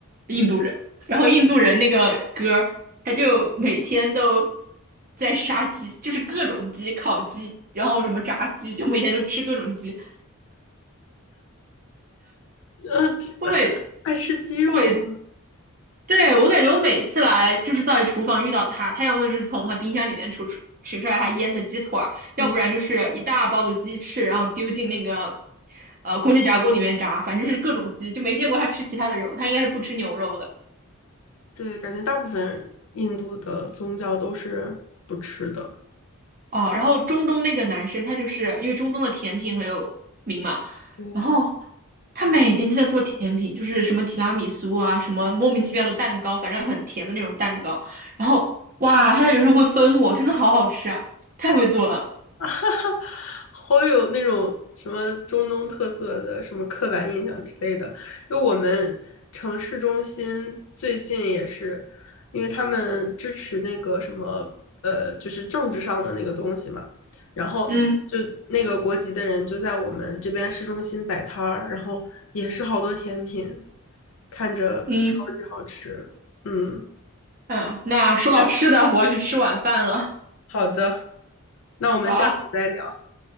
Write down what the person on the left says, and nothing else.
呃，这
爱吃鸡肉吗？
嗯，
对，感觉大部分印度的宗教都是不吃的。
嗯。
<laughs> 好有那种什么中东特色的什么刻板印象之类的。因为我们城市中心最近也是，因为他们支持那个什么呃，就是政治上的那个东西嘛，然后就那个国籍的人就在我们这边市中心摆摊儿，
然后也是好多甜品，看着超级好吃。
嗯，
好的，那我们下次再聊，